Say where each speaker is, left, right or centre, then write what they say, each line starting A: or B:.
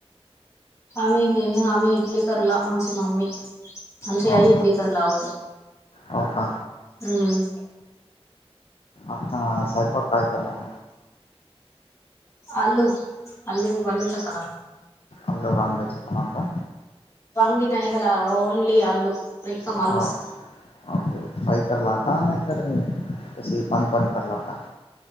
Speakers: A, on the left; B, on the left.
A: आम्ही हे आम्ही इडली करला आमची मम्मी. म्हश
B: हो
A: आई इडली
B: का?
A: करलावोज
B: हो का?
A: हम्म
B: आता सैपाक काय केला?
A: अल्लू अल्ली अल्लू चकाला-
B: आला वांगच त म का
A: वंग टईला ओनली अल्ू रिकम
B: हो
A: अल्लूस
B: ओके फ्राय करला का नाही इ तरर कस पाणी पाणी करला का?